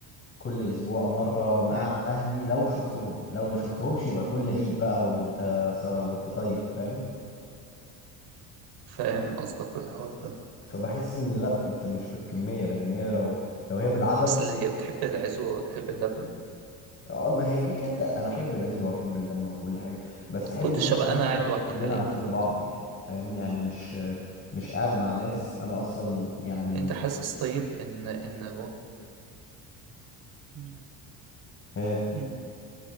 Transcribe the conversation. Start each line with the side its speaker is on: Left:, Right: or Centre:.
Left: كل اسبوع مره مع
Right: مم.
Left: اهلي لو شفتهم لو ما شفتهمش يبقى كل عيد بقى وانت س- وانت طيب فاهم
Right: فاهم قصدك الحوار ده
Left: فبحس ان لا انت مش بالكميه لان هي لو لو هي بالعدد
Right: بس اللي هي بتحب العزوه وتحب اللبنه ما
Left: اه ما هي كده كده انت انا احب العزوه واحب اللمه وكل حاجه بس احب
Right: كنتش
Left: برضه
Right: هبقى
Left: ان
Right: انا
Left: احنا
Right: قاعد
Left: نكون
Right: لوحدي
Left: كلنا
Right: حاليا
Left: عارفين
Right: دلوقتي
Left: بعض يعني فاهم يعني مش مش قاعد مع ناس انا اصلا يعني
Right: انت حاسس طيب ان ان هو مم.
Left: ها
Right: مم.